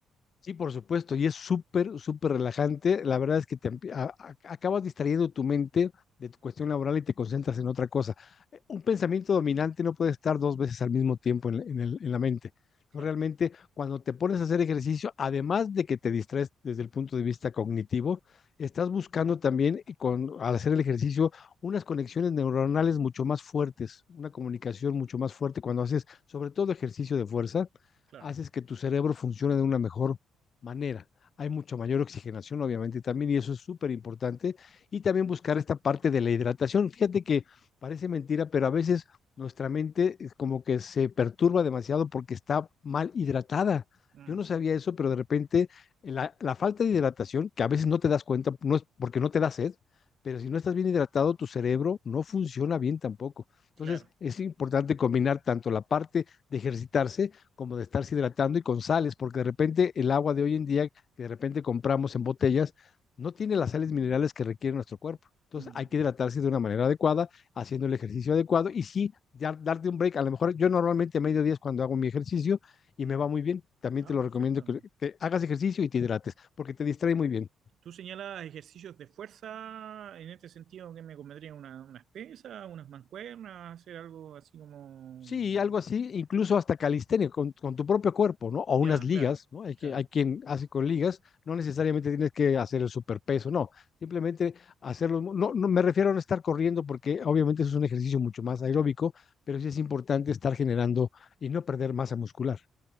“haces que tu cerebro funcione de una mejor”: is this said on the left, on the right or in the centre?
Left